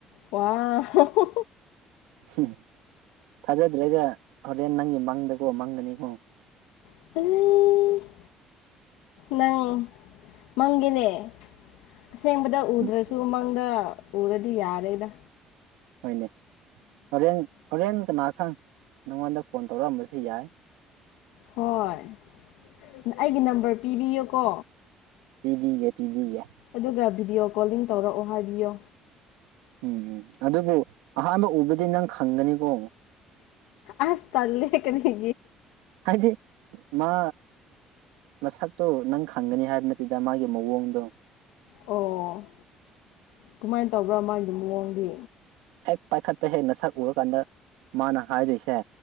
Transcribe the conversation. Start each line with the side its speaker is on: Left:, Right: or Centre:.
Left: ꯋꯥꯏ ꯍꯎꯎ
Right: ꯎ ꯊꯥꯖꯗ꯭ꯔꯒ ꯍꯣꯔꯦꯟ ꯅꯪꯒꯤ ꯃꯪꯗꯀꯣ ꯃꯪꯒꯅꯤꯀꯣ
Left: ꯑꯜꯂꯤ ꯅꯪ ꯃꯪꯒꯤꯅꯦ ꯑꯁꯦꯡꯕꯗ ꯑꯗ ꯎꯗ꯭ꯔꯁꯨ
Right: ꯎꯝ
Left: ꯃꯪꯗ ꯎꯔꯗꯤ ꯌꯥꯔꯦꯗ
Right: ꯍꯣꯏꯅꯦ ꯍꯣꯔꯦꯟ ꯍꯣꯔꯦꯟ ꯀꯅꯥꯈꯪ ꯅꯪꯉꯣꯟꯗ ꯐꯣꯟ ꯇꯧꯔꯛꯑꯝꯕꯁꯨ ꯌꯥꯏ
Left: ꯍꯣꯏ ꯑꯩꯒꯤ ꯅꯝꯕꯔ ꯄꯤꯕꯤꯌꯨꯀꯣ
Right: ꯄꯤꯕꯤꯒꯦ ꯄꯤꯕꯤꯒꯦ
Left: ꯑꯗꯨꯒ ꯚꯤꯗꯤꯑꯣ ꯀꯣꯂꯤꯡ ꯇꯧꯔꯛꯑꯣ ꯍꯥꯏꯕꯤꯌꯣ
Right: ꯎꯝ ꯎꯝ ꯑꯗꯨꯕꯨ ꯑꯍꯥꯟꯕ ꯎꯕꯗꯤ ꯅꯪ ꯈꯪꯒꯅꯤꯀꯣ
Left: ꯑꯁ ꯇꯜꯂꯦ ꯀꯔꯤꯒꯤ
Right: ꯍꯥꯏꯗꯤ ꯃꯥ ꯃꯁꯛꯇꯣ ꯅꯪ ꯈꯪꯒꯅꯤ ꯍꯥꯏꯕ ꯅꯠꯇꯦꯗ ꯃꯥꯒꯤ ꯃꯋꯡꯗꯣ
Left: ꯑꯣ ꯀꯃꯥꯏꯅ ꯇꯧꯕ꯭ꯔꯥ ꯃꯥꯒꯤ ꯃꯑꯣꯡꯗꯤ
Right: ꯍꯦꯛ ꯄꯥꯏꯈꯠꯄ ꯍꯦꯛꯅ ꯁꯛ ꯎꯔꯀꯥꯟꯗ ꯃꯥꯅ ꯍꯥꯏꯗꯣꯏꯁꯦ